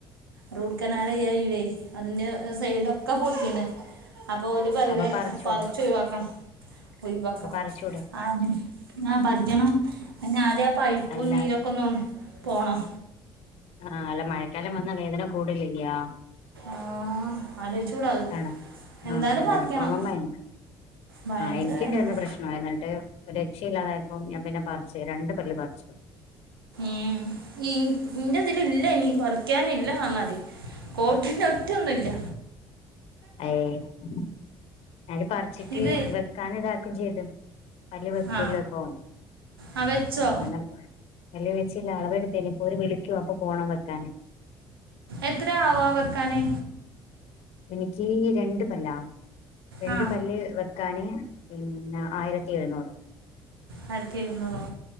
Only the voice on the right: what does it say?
റൂട്ട് കെനാലെയ്യാൻ അയ്യൂലെയ് അതിന്റെ സൈടൊക്കെ പൊട്ടീണ് അപ്പൊ ഓല് പ്പറീണ്
പറിച്ച് ഒയ് വാക്കണം ഒയ് വാക്കണം
ആ ആഹ് പരിക്കണം അയ്ന് ആദ്യ ആ പൈപ്പും
നീരൊക്കെഒന്ന് പോണം.
ആഹ് ആലോയ്ച്ചൂടാത്
എന്തായാലും
പറിക്കണം
ഭയങ്കരവേദനേ
ഈമ് ഇന് ഇന്റേത്ല് ഇല് ഇല്ലനീ പറിക്കാനില്ല പറഞാതി കോട്ടിലൊറ്റൊന്നുല്ല.
ഇത്
ആ ആ വെച്ചോ
എത്രേ ആവാവെക്കാന്
ആ
ആയിരത്തിഎഴുന്നൂറോ